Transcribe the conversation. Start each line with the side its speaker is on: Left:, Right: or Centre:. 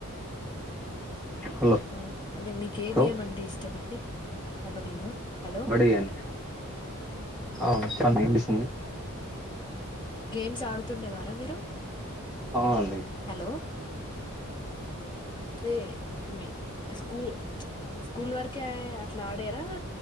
Centre: హలో
Left: ఆ అదే మీకు ఏ
Centre: హలో
Left: గేమ్ అంటే ఇష్టం అండి కబడ్డీనా హలో
Centre: ఒకటి ఇవ్వండి ఓ వినిపిస్తుందండి
Left: గేమ్స్ ఆడుతుండేవారా మీరు
Centre: అవునండి
Left: హలో అదే మీ స్కూల్ స్కూల్ వరకే అట్లా ఆడారా